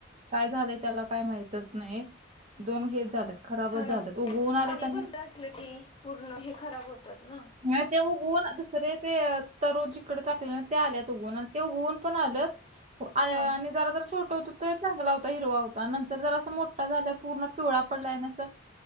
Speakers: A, on the right; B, on the left.
A: काय झालंय त्याला काय माहितच नाही दोन हेच झाल्यात. खराबचं
B: हा ना
A: झालंत उगवून आलेत
B: पाणी
A: आणि
B: भरपूर असलं की पूर्ण हे खराब होतात ना.
A: ह ते उगऊन दुसरे ते तरु जिकडं टाकल्यात ना ते आल्यात उगवुन आणि ते उगवून पण आल्यात. आय
B: हा
A: आणि जरा जर छोटं होत त चांगला होता हिरवा होता नंतर जरासं मोठा झाला पूर्ण पिवळा पडलाय आणि असं